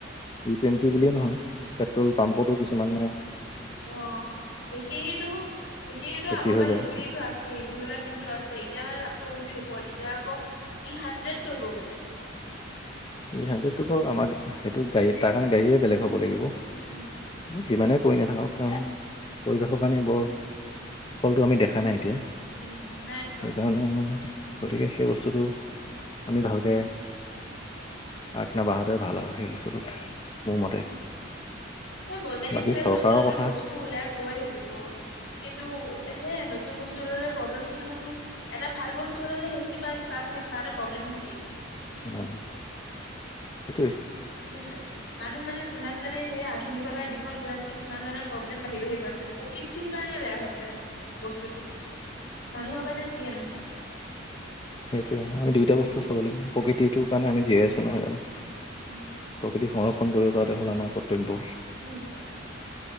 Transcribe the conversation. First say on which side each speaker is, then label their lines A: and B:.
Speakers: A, on the left (about 25°); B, on the left (about 85°).
A: ই টুৱেণ্টি বুলিয়েই নহয়, পেট্ৰল পাম্পটো কিছুমান মানে,
B: অ'! সেইখিনিটো -সেইখিনিটো,
A: বেছি
B: আগৰ
A: হৈ
B: পৰা
A: যায়
B: সেইখিটো আছে। মিহলোৱা খিনিটো আছে। এতিয়া মানে, তাতকৈ বেছি ওপৰত। এতিয়া, আকৌ ই হাণ্ড্ৰেড কৰিব বোলে।
A: এই হণ্ড্ৰেডটো বাৰু আমাক, সেইটো গাড়ী, তাৰ কাৰণে, গাড়ীয়ে বেলেগ হ'ব লাগিব।
B: উম।
A: যিমানে কৰি নাথাকক কাম। পৰিৱেশৰ কাৰণে, বৰ, সফলটো আমি দেখা নাই, এতিয়া।
B: উম নাই দেখা
A: সেইকাৰণে, গতিকে, সেই বস্তুটো, আমি ভালকে আগ নাবঢ়াটোৱে ভাল আৰু সেই বস্তুটোত। মোৰ মতে
B: উম, এই বৈজ্ঞানিক
A: বাকী
B: বিলাকে,
A: চৰকাৰৰ
B: নতুন- নতুন
A: কথা
B: বস্তু উলিয়াওক। হয়য়ে থাকিব। কিন্তু, সেই নতুন বস্তু ওলালে প্ৰব্লেমখিনিওটো, এটা ভাল বস্তু ওলালে, সেইখিনিৰ পৰা কিবা নহয়, কিবা এটা প্ৰব্লেম থাকেই।
A: অ'! সেইটোৱে।
B: সেইটোৱে, মানুহ মানে, যিমান মানে, সেই আধুনিকতাৰ দিশত গৈ আছে, সিমান মানে, প্ৰব্লেম বাঢ়ি- বাঢ়ি গৈ আছে। প্ৰকৃতিৰ কাৰণে বেয়া হৈছে, বস্তুটো। মানুহৰ কাৰণে, যিয়ে নহওঁক।
A: সেইটোৱে, হয়। আমি দুইটা বস্তু চাব লাগিব, প্ৰকৃতিটোৰ
B: উম
A: কাৰণে, আমি জীয়াই আছোঁ নহয় জানোঁ!
B: উম
A: প্ৰকৃতি সংৰক্ষণ কৰিব পৰাটোৱে, হ'ল আমাৰ কৰ্তব্য।
B: উম।